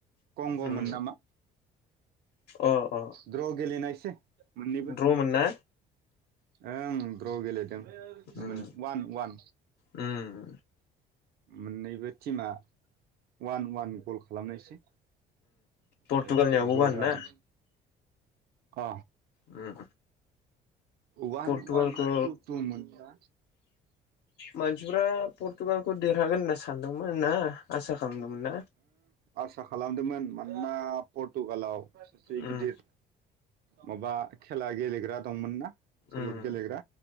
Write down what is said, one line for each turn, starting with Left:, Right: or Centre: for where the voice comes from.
Right: कंग'मोन
Left: उम
Right: नामा?
Left: अ अ
Right: द्र' गेलेनाय दे मोननैबो
Left: द्र'मोन ना
Right: ओं ड्र' गेलेदों।
Left: उम
Right: मोन वान वान।
Left: उम
Right: मोननैबो टिमा वान वान गल खालामनायसै। ओमफ्राय
Left: पर्तुगालनियाबो
Right: द्र'
Left: वान
Right: जादों
Left: ना?
Right: अ
Left: उम
Right: वान
Left: पर्टुगालखौ
Right: वान ना टु टु मोन बा
Left: मानसिफ्रा पर्टुगालखौ देरहागोन होनना सानदोंमोन ना आसा खालामदोंमोन ना
Right: आसा खालामदोमोन मानोना पर्टुगालाव सासे
Left: उम
Right: गिदिर माबा खेला गेलेग्रा दंमोन ना? सल'
Left: उम
Right: गेलेग्रा